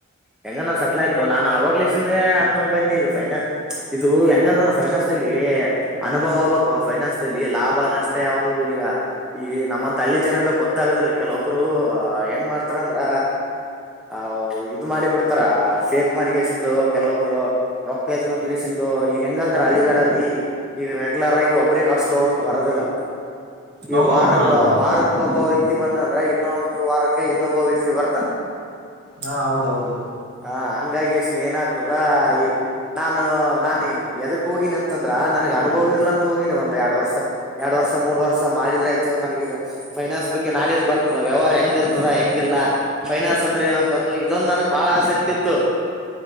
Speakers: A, in the centre; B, on the right.
A: ಹೆಂಗಾ ನ ಸೆಟ್ಲ್ ಆಯ್ತು ನಾನ್ ಅವಾಗ್ಲೆಸಿಂದೆ ಅನ್ಕೊಂದ್ ಬಂದಿದ್ ಇದ್ ಫೈನಲ್ ಇದು ಹೆಂಗಂದ್ರಂದ ಫೈನಾನ್ಸ್ಲ್ಲಿ ಅನುಭವ ಆಗ್ಬೇಕು ಫೈನಾನ್ಸ್ ದಲ್ಲಿ ಲಾಭ ನಷ್ಟ ಯಾವ್ದು ಈಗ ಈಗ ನಮ್ಮಂತ ಹಳ್ಳಿ ಜನಕ ಗೊತ್ತಾಗದಿಲ್ಲ ಕೆಲವೊಬ್ಬ್ರು ಹೆಂಗ್ ಮಾಡ್ತಾರ ಅಂದ್ರ ಹೌ ಇದು ಮಾಡಿ ಬಿಡ್ತಾರಾ ಫೇಕ್ ಮಾಡಿಕೇಶಿಂದು ಕೆಲವೊಬ್ರು ರೊಕ್ಕ್ ಎತ್ಕೋಂಡಗೆಸಿಂದು ಈಗ ಹೆಂಗಂದ್ರ ಹಳ್ಳಿಗಡಲ್ಲಿ ಈಗ ರೆಗ್ಯುಲರ್ ಆಗಿ ಒಬರೇ ಕಟ್ಸೊಂಡು ಹೋಗಕ್ ಬರದಿಲ್ಲ ಈ
B: ಹೌದೌದು
A: ವಾರಕ್ಕ್
B: ಬರಲ್ಲ ಬರಲ್ಲ
A: ವಾರ ಒಬ್ಬ ವ್ಯಕ್ತಿ ಬಂದನಂದ್ರ ಇನ್ನೊಂದು ವಾರಕ್ಕ ಇನ್ನೊಬ್ಬ ವ್ಯಕ್ತಿ ಬರ್ತಾನ
B: ಹಾ ಹೌದೌದು
A: ಹ ಹಂಗಾಗಿಗೆಶಿಂದ್ ಏನಾಗ್ತದಾ ಈ ನಾನು ನಾನ್ ಎದಕ್ ಹೋಗಿನಿ ಅಂತಂದ್ರ ನನ್ಗ್ ಅನುಭವ ಇರ್ಲ ಅಂತ ಹೋಗಿನಿ ಒಂದ್ ಎರಡ್ ವರ್ಷ ಎರಡ್ ವರ್ಷ ಮೂರ್ ವರ್ಷ ಮಾಡಿದ್ರ್ ಆಯ್ತು ನನಿಗ್ ಇದು ಫೈನಾನ್ಸ್ ಬಗ್ಗೆ ನಾಲೆಜ್ ಬರ್ತದ್ ವ್ಯವ್ಹಾರ ಹೆಂಗ್ ಇರ್ತದೆ ಹೆಂಗಿಲ್ಲ ಫೈನಾನ್ಸ್ ಅಂದ್ರೆ ಏನಂತಂದು ಇದೊಂದು ನನಗ್ ಬಾಳ ಆಸಕ್ತಿ ಇತ್ತು